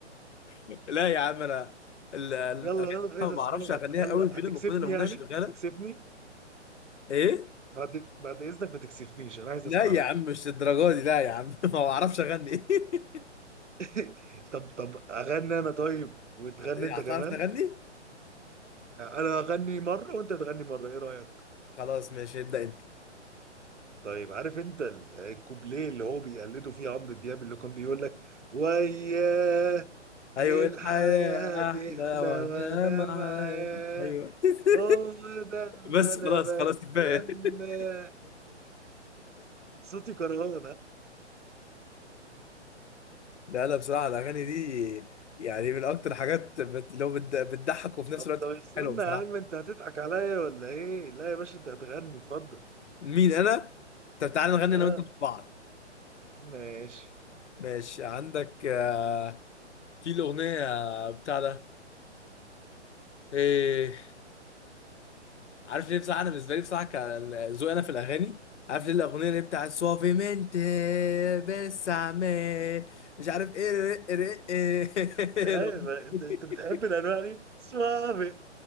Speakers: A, on the left (about 75°); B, on the right (about 85°).
A: لا يا عم انا ال- ال-
B: يلا يلا عايز
A: ما بعرفش
B: اسمعك
A: اغنيها
B: يلا
A: قوي غير
B: هتكسفني
A: لما تكون الاغنيه
B: يعني
A: شغاله
B: هتكسفني
A: ايه
B: بعد بعد اذنك ما تكسفنيش انا عايز
A: لا
B: اسمعك
A: يا عم مش الدرجه دي لا يا عم <laughs> ما بعرفش اغني <laughs>
B: <laughs> طب طب اغني انا طيب وتغني
A: هت- هتعرف
B: انت كمان
A: تغني
B: انا اغني مره وانت تغني مره ايه رايك
A: خلاص ماشي ابدا انت
B: طيب عارف انت ال- الكوبليه اللي هو بيقلده فيه عمرو دياب اللي كان بيقول لك وياه
A: ايوه
B: إيه
A: الحياه
B: الحياه تحلى
A: احلى وانا
B: وانا
A: معاك
B: معاه
A: ايوه <laughs>
B: هو ده اللي
A: بس
B: انا
A: خلاص
B: بتمناه
A: خلاص كفايه <laughs>
B: صوتي كرهان
A: لا لا بصراحه الاغاني دي يعني من اكتر حاجات بت... لو بت... بتضحك وفي نفس
B: طب
A: الوقت
B: طب استنى
A: حلوه بصراحه
B: يا عم انت هتضحك عليا ولا ايه؟ لا يا باشا انت هتغني اتفضل
A: مين انا طب تعالى نغني
B: ها
A: انا وانت مع بعض
B: ماشي
A: ماشي عندك آه، في الاغنيه آه، بتاع ده إيه عارف ليه بصراحة أنا بالنسبة لي بصراحة كذوقي أنا في الأغاني عارف ليه الأغنية اللي بتاعت سوافيمنت بس عمال مش عارف إيه رق- رق- إيه
B: ايوه
A: <laughs> الأغنية
B: انت
A: دي
B: انت بتحب الانواع دي؟ صعبي